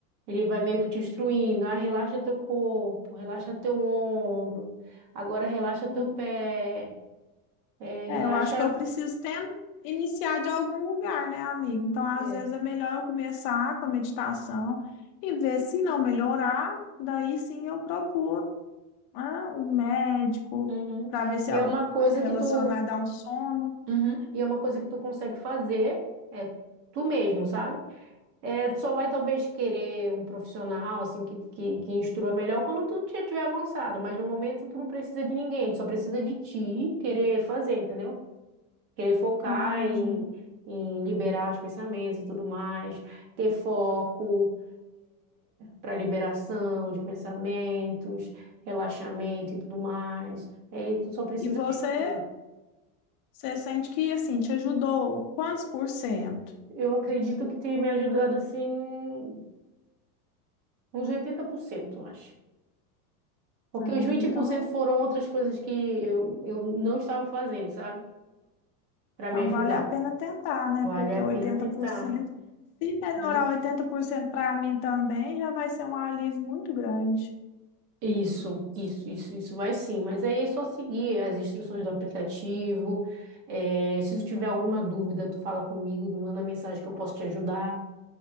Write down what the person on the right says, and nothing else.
Ele vai meio que te instruindo, ah, relaxa teu corpo, relaxa teu ombro, agora relaxa teu
pé, é, relaxa.
É.
Uhum.
E
é uma coisa
que tu,
Uhum. e é uma coisa que tu consegue fazer, é tu mesmo, sabe? É, tu só vai talvez querer um profissional assim que, que, que instrua melhor quando tu já tiver avançado, mas no momento tu não precisa de ninguém, tu só precisa de ti querer fazer, entendeu? Querer focar
em, em liberar os pensamentos e tudo mais, ter foco para liberação de pensamentos, relaxamento e tudo mais. Aí tu só precisa
de ti.
Eu acredito que tenha me ajudado assim uns 80%, eu acho. Porque
os 20%
foram outras coisas que eu, eu não estava fazendo, sabe? Para
me ajudar.
Vale
a
pena tentar.
Olha, se-
isso, isso, isso, isso vai sim. Mas aí é só seguir as instruções do aplicativo. É, se tu tiver alguma dúvida, tu fala comigo, me manda mensagem que eu posso te ajudar.